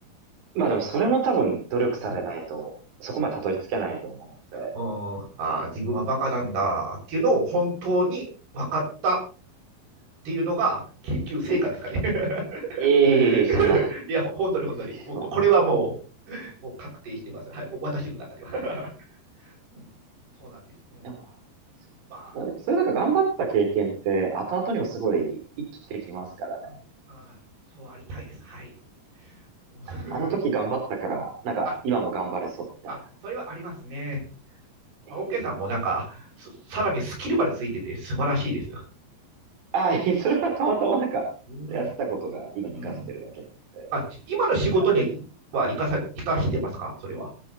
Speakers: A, on the right; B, on the right.
A: まあでもそれも多分努力されないと、
B: うん、
A: そこまでたどり着けないと思うので。
B: うんあー自分はバカなんだっていうのを本当に分かったっていうのが研究成果ですかね。
A: いえいえいえ、
B: <laughs>
A: そんな、
B: いや、ほ本当に本当に。
A: ですけど。
B: もうここれはもうもう確定してます。はい、僕私の中では。<laughs> うんそうなんです。うん、
A: <laughs> でも、
B: まあ、
A: まあ、そういうなんか頑張った経験って後々にもすごい生きてきますからね。
B: うんあそうありたいです。はい。<laughs>
A: あの時頑張ったから、なんか今も頑張れそうみたいな。
B: あ、あ、それはありますね。まあオッケーさんもなんか、
A: ええ
B: さらにスキルまでついてて素晴らしいです。
A: ああ、いえそれはたまたまなんかやってたことが今に活かせてるだけなので。
B: うん、うん。あ、今の仕事にはは生かさ、
A: なんか、
B: 生かしてますかそれは。